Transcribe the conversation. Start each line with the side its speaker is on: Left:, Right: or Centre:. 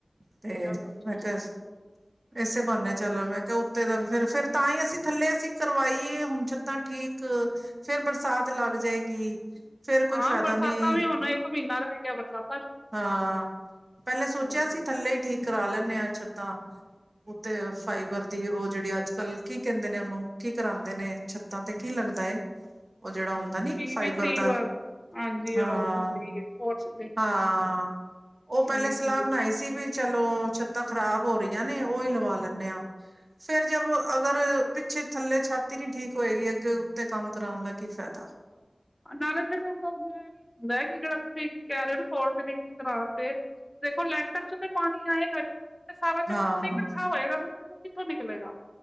Right: ਤੇ
Left: ਚਲੋ ਜੀ
Right: ਮੈਂ
Left: ਚਲੋ
Right: ਕਿਹਾ ਏਸੇ ਬਾਨੇ ਚੱਲੋ ਮੈਂ ਕਿਹਾ ਉੱਤੇ ਦਾ ਫਿਰ ਫੇਰ ਤਾਂ ਹੀ ਅਸੀਂ ਥੱਲੇ ਅਸੀਂ ਕਰਵਾਈਏ ਹੁਣ ਛੱਤਾਂ ਠੀਕ ਫੇਰ ਬਰਸਾਤ ਲੱਗ ਜਾਏਗੀ। ਫੇਰ ਕੋਈ
Left: ਹਾਂ
Right: ਫਾਇਦਾ
Left: ਬਰਸਾਤਾਂ
Right: ਨੀ
Left: ਵੀ ਹੁਣ ਇੱਕ ਮਹੀਨਾ ਰਹ ਗਿਆ ਬਰਸਾਤ
Right: ਹਾਂ ਪਹਿਲੇ
Left: ਨੇ
Right: ਸੋਚਿਆ ਸੀ ਥੱਲੇ ਈ ਠੀਕ ਕਰਾ ਲੈਂਨੇ ਆ ਛੱਤਾਂ ਉਤੇ ਫਾਈਬਰ ਦੀ ਉਹ ਜਿਹੜੀ ਅੱਜ ਕੱਲ੍ਹ ਕੀ ਕਹਿੰਦੇ ਨੇ ਉਹਨੂੰ, ਕੀ ਕਰਾਉਂਦੇ ਨੇ, ਛੱਤਾਂ ਤੇ ਕੀ ਲੱਗਦਾ ਏ। ਉਹ ਜਿਹੜਾ ਹੁੰਦਾ ਨੀ
Left: ਪੀ
Right: ਫਾਈਬਰ
Left: ਵੀ ਸੀ
Right: ਦਾ
Left: ਵ ਹਾਂਜੀ
Right: ਹਾਂ,
Left: ਉਹ ਹੁੰਦੀ ਹੈ ਕੋਰਸ ਪੀ
Right: ਹਾਂ। ਹਾਂ, ਉਹ ਪਹਿਲੇ
Left: ਵੀ
Right: ਸਲਾਹ
Left: ਸੀ
Right: ਬਣਾਈ ਸੀ ਵੀ ਚਲੋ ਛੱਤਾਂ ਖਰਾਬ ਹੋ ਰਹੀਆਂ ਨੇ ਉਹੀ ਲਵਾ ਲੈਂਨੇ ਆ ਫੇਰ ਜਬ ਅਗਰ ਪਿੱਛੇ ਥੱਲੇ ਛੱਤ ਨੀ ਠੀਕ ਹੋਏਗੀ ਅੱਗੇ ਉੱਤੇ ਕੰਮ ਕਰਾਉਣ ਦਾ ਕੀ ਫਾਇਦਾ।
Left: ਨਾਲੇ ਫਿਰ ਉਹਨ ਵੀ ਹੁੰਦਾ ਕਿ ਜਿਹੜਾ ਤੁਸੀਂ ਕਹਿ ਰਹੇ ਹੋ ਨਾ ਫੋਰਸੀਲਿਂਗ ਕਰਾਣ ਤੇ ਦੇਖੋ ਲੈਂਟਰ ਚੋ ਤੇ ਪਾਣੀ ਆਏਗਾ ਹੀ। ਤੇ ਸਾਰਾ ਤੇ
Right: ਹਾਂ
Left: ਉਹ ਉੱਤੇ ਇਕੱਠਾ ਹੋਏਗਾ ਤੇ ਫੇਰ ਕਿੱਥੋਂ ਨਿਕਲੇਗਾ।